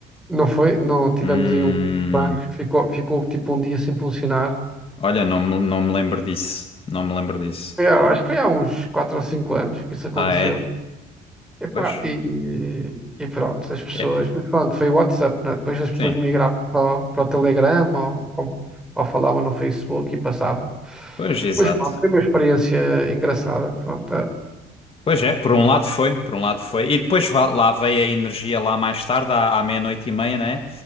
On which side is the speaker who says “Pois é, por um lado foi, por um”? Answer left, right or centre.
Left